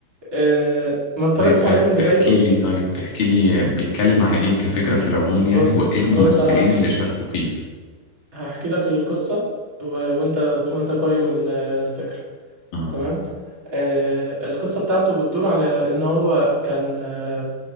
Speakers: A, on the right (about 35°); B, on the left (about 75°).
A: أه ما اتفرجتش
B: طيب
A: عليه
B: اح-
A: من بدايته
B: احكي لي طيب احكي لي بيتكلم عن إيه كفكرة في العموم
A: بص
B: يعني وإيه الممثلين
A: بص هح-
B: اللي شاركوا فيه
A: هحكي لك القصة و... وانت وانت قايم ال- الفكرة
B: امم
A: تمام أه القصة بتاعته بتدور على ان هو كان أه